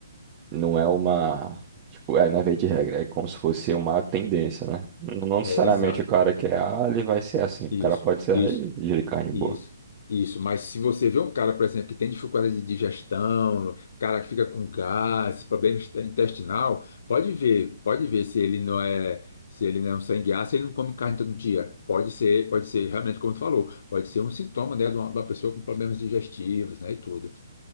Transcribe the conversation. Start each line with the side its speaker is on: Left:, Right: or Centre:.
Right: Não é uma. Tipo, é, não é via de regra, é como se fosse uma tendência, né? Não não
Left: É,
Right: necessariamente
Left: exato.
Right: o cara que é A, ele vai ser assim. O
Left: Isso.
Right: cara pode ser
Left: Isso.
Right: A e de carne
Left: Isso,
Right: boa.
Left: isso. Mas se você vê um cara, por exemplo, que tem dificuldade de digestão, cara que fica com gases problema est- intestinal, pode ver, pode ver se ele não é, se ele não é um sangue ácido, se ele não come carne todo dia. Pode ser, pode ser realmente como tu falou, pode ser um sintoma, né, de uma, de uma pessoa com problemas digestivos, né, e tudo.